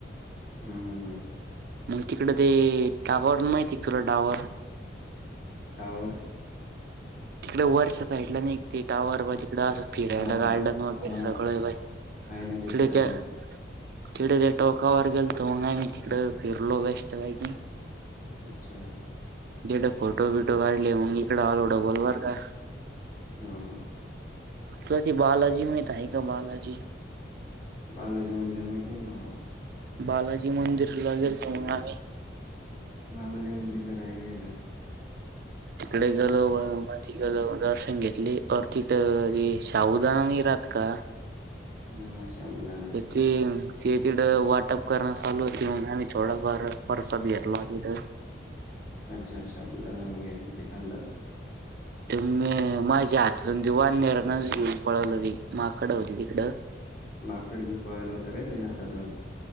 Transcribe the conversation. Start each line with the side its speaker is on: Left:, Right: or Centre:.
Left: हम्म हम्म हम्म.
Right: मग तिकड ते टाकावर माहिती आहे तुला डावार
Left: टावर
Right: तिकडे वरच्या साइडलं ना <unintelligible> तिकड असं फिरायला
Left: हा हा.
Right: गाडलंन वगैरे
Left: हा
Right: सगळं
Left: हा.
Right: <unintelligible>
Left: आहे ना तिथं
Right: तिकडे
Left: टावर.
Right: ते टोकावर गेल तर मग आम्ही तिकडे फिरलो बेस्ट पैकी
Left: अच्छा
Right: जडे फोटो बिटो काढले मग इकड अलो डबल बर का
Left: हम हम
Right: तु की बालजी माहिती आहे का बालाजी
Left: बालाजी मंदिर माहिती ना
Right: बालाजी मंदिर ला <unintelligible>
Left: बालाजी मंदिरला काय काय केेलं
Right: इकडे गेलो त दर्शन घेतली अ तिट शाबूदाना नि राहात का
Left: हा शाबुदना
Right: ती हे तिड वाटप करणं चालू होती म्हण आम्ही थोडाफार परसाद घेतला तिथ
Left: अच्छा अच्छा <unintelligible> वगैरे ते खालं
Right: ते मी माझ्या हातातून दिवान नराणच घेऊन पळवलं ते माकड होती तिकडं
Left: माकड घेऊन पळायला होतं काय त्याच्या हातातून